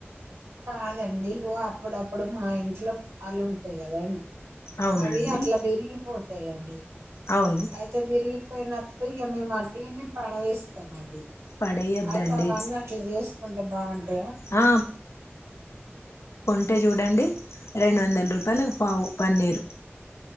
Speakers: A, on the right (about 80°); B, on the left (about 80°).
A: కాదండి ఓ అప్పుడప్పుడు మా ఇంట్లో పాలు ఉంటాయి కదండి
B: అవునండి
A: అవి అట్లా పెరిగిపో చేయండి
B: అవును
A: అయితే విరిగిపోయినప్పుడు ఇక మేమ్ వట్టిగా మేము పడవేస్తామ అండి
B: పడేయద్దండి
A: అయితే అవన్నీ అట్లా చేసుకుంటే బాగుంటాయా
B: ఆ అంటే చూడండి రెండు వందల రూపాయలు పావు పన్నీరు